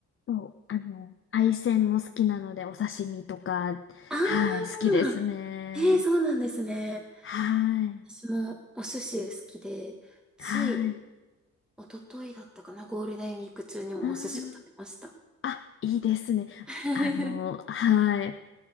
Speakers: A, on the left; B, in the centre.
A: そう、あの、海鮮も好きなので、お刺身とか、
B: ああ、
A: はい、好きですね。
B: ええそうなんですね。
A: はい、
B: 私もお寿司好きで、つい
A: はい。
B: 一昨日だったかな、ゴールデンウィーク中にもお寿司を食べました。
A: あー、あ、いいですね。
B: <laughs>
A: あの、はい。